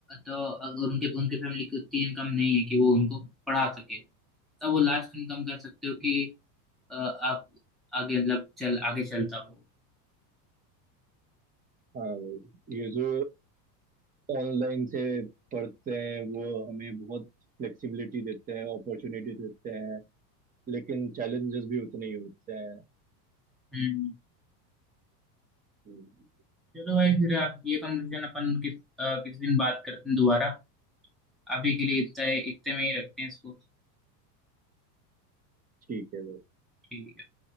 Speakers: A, in the centre; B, on the right.
A: तो अगर उनके उनके फैमिली की उतनी इनकम नहीं है कि वो उनको पढ़ा सके तब वो लास्ट इनकम कर सकते हो कि अ, आप आगे मतलब चल आगे चलता हो
B: हाँ भाई, ये जो ऑनलाइन से पढ़ते हैं वो हमें बहुत फ्लेक्सिबिलिटी देते हैं अपॉर्चुनिटी देते हैं लेकिन चैलेंजेस भी उतने ही होते हैं
A: हम्म
B: हम्म,
A: चलो भाई फिर आप ये कन्वर्सेशन अपन किस अ, किस दिन बात करते हैं दोबारा अभी के लिए इतना है इतने में ही रखते हैं इसको
B: ठीक है भाई
A: ठीक है